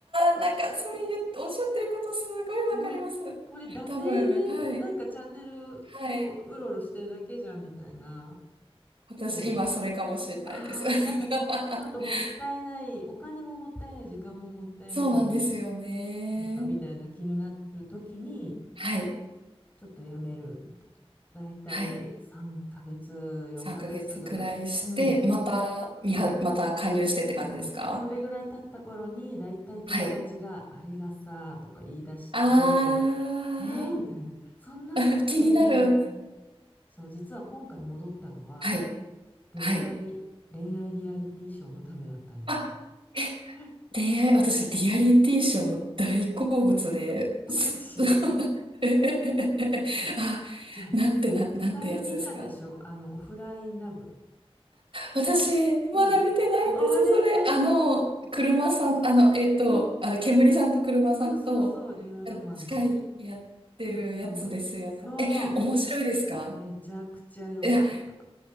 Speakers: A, on the right; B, on the left.
A: あー、なんか、それ言っておっしゃってることすごいわかります。
B: ね、これ惰性でなんかチャンネルこう、
A: 多分、はい。はい。
B: うろうろしてるだけじゃん、みたいな。
A: 私、
B: そう。
A: 今、それかもしれないです。
B: あー、
A: <laughs>
B: なんかさ、ちょっともったいない、お金ももったいない、時間ももったいない、
A: そうなんですよね。
B: なんかみたいな気になる時に
A: はい。
B: ちょっとやめるみたいな。だいたい3ヶ月、
A: はい。
B: 4ヶ月ぐらい。
A: 3ヶ月くらいして、
B: うん。
A: また、みは、
B: そう。
A: また加入してって感じですか
B: そう。それぐらい経った頃にだいたい友達があれがさとか言い出して、
A: はい。あ
B: えー、みたいな。そんなのやってんだ。
A: ー、<laughs> 気になる。
B: そう、実は今回戻ったのは
A: はい。
B: 恋愛、
A: はい。
B: 恋愛リアリティショーのためだったんですよ。
A: あえ
B: <laughs>
A: 恋愛、私、リアリティショーも大好物で、
B: あマジ。
A: す <laughs>
B: <laughs>
A: あ、
B: じゃあ、
A: なんてな、
B: 絶対見たでしょ。
A: なんてやつですか。
B: あの、オフラインラブ。
A: 私、まだ見てないんです、
B: うん。あれ、
A: それ。あの、車さん、あの、えっと、
B: そう、
A: あ、煙さんと車さんと、
B: そうそうそう、令和ロマンの。
A: あ司会やってるやつですよね。
B: そうそう、そう、
A: え、面白いですか
B: めちゃくちゃ良かった。
A: いや、